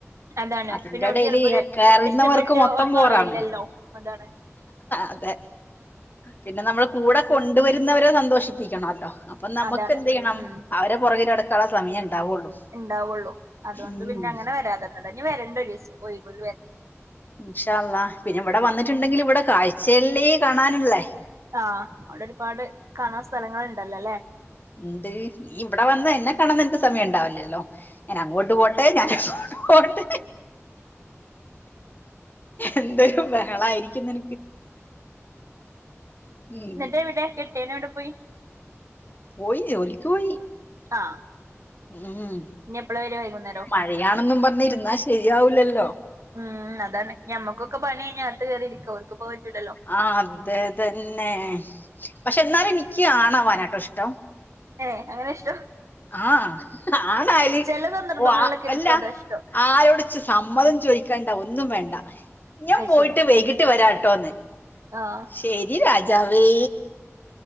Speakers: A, on the right; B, on the left.
A: അതാണ്
B: അതിന്റെടയിൽ
A: പിന്നെ ഓർക്ക് ചിലപ്പോ ഒരു
B: കറിയുന്നവർക്ക്
A: ഇഷ്ടപ്പെട്ട്
B: മൊത്തം
A: ഒന്നും
B: പോറാണ്
A: അറിയില്ലല്ലോ അതാണ്
B: അതെ പിന്നെ നമ്മൾ കൂടെ കൊണ്ടുവരുന്നവരെ സന്തോഷിപ്പിക്കണല്ലോ അപ്പൊ നമുക്ക്
A: അതാണ്
B: എന്ത് ചെയ്യണം
A: ഉം
B: അവ ന്റെ പുറകെ നടക്കാൻ ഉള്ള സമയ ഉണ്ടാവുള്ളു.
A: ഉണ്ടാവുള്ളൂ അതുകൊണ്ട്
B: ഉം
A: പിന്നെ അങ്ങനെ വരാതന്നതാ ഇനി വരണ്ട് ഒരു ദിവസം ഒയിവിന്
B: ഇഷാ അള്ളാ പിന്നെ ഇവിടെ വന്നിട്ടുണ്ടെങ്കിൽ ഇവിടെ കാഴ്ചല്ലെ കാണാനുള്ളേ
A: ആഹ് അവിടെ ഒരുപാട് കാണാൻ സ്ഥലങ്ങൾ ഉണ്ടല്ലോല്ലെ?
B: ഉണ്ട് ഇവിടെ വന്ന് എന്നെ കാണാൻ നിനക്ക് സമയം ഉണ്ടാവില്ലല്ലോ? ഞാൻ അങ്ങോട്ട് പോട്ടെ ഞാൻ ഇങ്ങുട്ട് പോട്ടെ എന്തൊരു ബഹളായിരിക്കുന്നെ ഉം
A: എന്നിട്ട്
B: <inaudible>
A: എവിടെ കെട്ടിയോൻ എവിടെ പോയി
B: പോയി ജോലിക്ക് പോയി
A: ആഹ്
B: ഉം
A: ഇനി എപ്പളാ വരാ വൈകുന്നേരോ
B: മഴയാണെന്നും പറഞ്ഞിര്ന്നാ ശരിയാവൂലല്
A: ഉം അതാണ് ഞമ്മക്കൊക്കെ പണ്യയ്ഞ്ഞാ അകത്ത് കേറിരിക്ക ഓല്ക്ക്പ്പോ അത് പറ്റൂലല്ലോ
B: ആഹ് അതെ അതന്നെ പക്ഷെ എന്നാലും എനിക്ക് ആണാവാനാട്ടോ ഇഷ്ടം
A: ഏഹ് അങ്ങനെ ഇഷ്ട്ടം
B: ആഹ് ആണായല്
A: ചെല സന്ദർഭങ്ങളിലൊക്കെ
B: ഓ ആ
A: എനിക്കും
B: അല്ല
A: അതാ ഇഷ്ടം
B: ആരോട് ഇച്ച് സമ്മതം ചോയിക്കണ്ട ഒന്നും വേണ്ട ഞാൻ
A: അത്
B: പോയിട്ട്
A: ശരിയാ
B: വൈകിട്ട് വരാട്ടോന്ന്
A: ആഹ്
B: ശരി രാജാവേ